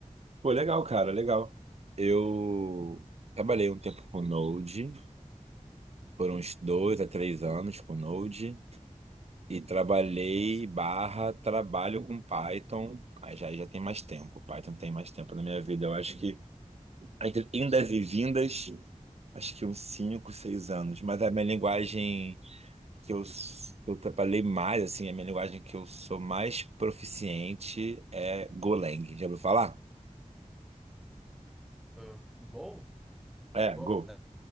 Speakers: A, on the right; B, in the centre.
A: Pô, legal, cara, legal. Eu trabalhei um tempo com Node, foram uns dois a três anos com Node, e trabalhei
B: Nossa.
A: barra trabalho com Python. Aí já, já tem mais tempo. Python tem mais tempo na minha vida. Eu acho que entre indas e vindas, acho que uns cinco, seis anos. Mas a minha linguagem que eu, s- que eu trabalhei mais, assim, a minha linguagem que eu sou mais proficiente é Golang. Já ouviu falar?
B: Ah, Go? É
A: É,
B: Go,
A: Go.
B: né?